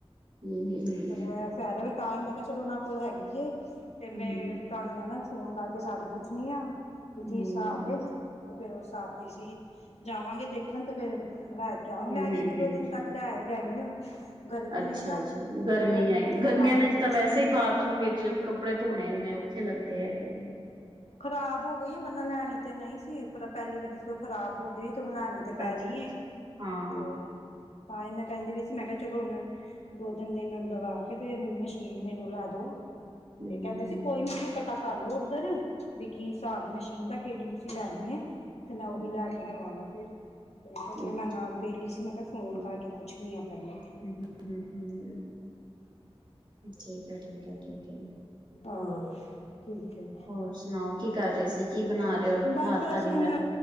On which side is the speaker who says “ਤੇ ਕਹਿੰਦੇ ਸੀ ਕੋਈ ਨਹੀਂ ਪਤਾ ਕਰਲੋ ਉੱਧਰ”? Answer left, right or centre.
Left